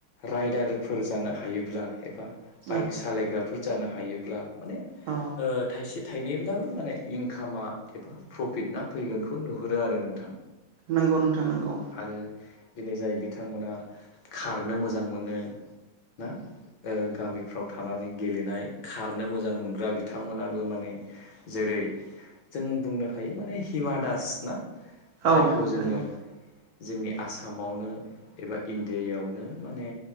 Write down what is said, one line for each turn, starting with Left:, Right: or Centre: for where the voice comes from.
Left: राइडारफोर जानो हायोब्ला एबा बाइक
Right: औ
Left: सालायग्राफोर जानो हायोब्ला माने
Right: औ
Left: ओ थाइसे थाइनैब्लाबो माने इनकामा एबा प्रफिट ना फैगोनखौ नुहुरो आरो नोंथां।
Right: नंगौ नोंथां नंगौ
Left: आरो दिनै जाय बिथांमोना खारनो मोजां मोनो ना ओ गामिफ्राव थानानै गेलेनाय खारनो मोजां मोनग्रा बिथांमोनाबो माने जेरै जों बुंनो हायो माने हिमा दास ना? जायखौ
Right: औ
Left: जोङो
Right: नंगौ
Left: जोंनि आसामावनो एबा इण्डियायावनो माने